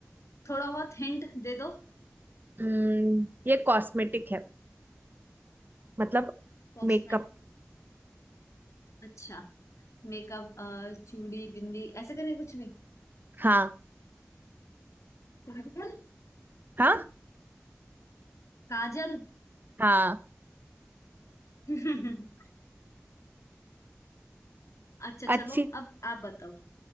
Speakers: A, on the left; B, on the right.
A: थोड़ा बहुत हिंट दे दो
B: हम्म, ये कॉस्मेटिक है मतलब
A: कॉस्मेटिक
B: मेकअप
A: अच्छा मेकअप चूड़ी बिंदी ऐसे करके कुछ
B: हाँ
A: नहीं
B: हाँ
A: काजल
B: हाँ
A: <laughs> अच्छा
B: अच्छी
A: चलो अब आप बताओ